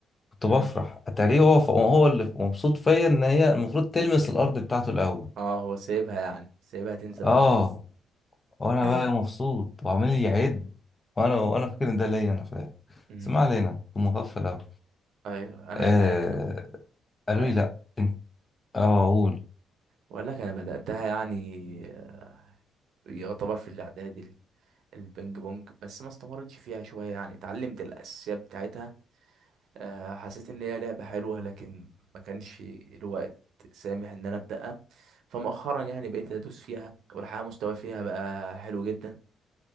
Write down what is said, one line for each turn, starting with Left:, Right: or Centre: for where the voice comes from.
Left: كنت
Right: مم.
Left: بفرح اتاريه هو هو اللي مبسوط فيا ان هي المفروض تلمس الارض بتاعته الاول
Right: اه هو سايبها يعني سايبها تنزل
Left: اه
Right: على الارض
Left: وانا
Right: <laughs>
Left: بقى مبسوط وعمال يعد وانا وانا فاكر ان ده ليا انا فاهم
Right: امم
Left: بس ما علينا كنت مغفل اوي
Right: ايوه انا
Left: آه
Right: لأن
Left: قالوا
Right: انا
Left: لي لا انت اه اقول
Right: بقول لك انا بداتها يعني آه، يعتبر في الاعدادي ال- البينج بونج بس ما استمرتش فيها شويه يعني اتعلمت الاساسيات بتاعتها آه، حسيت ان هي لعبه حلوه لكن ما كانش الوقت سامح ان انا ابداها فمؤخرا يعني بقيت ادوس فيها والحقيقه مستواي فيها بقى حلو جدا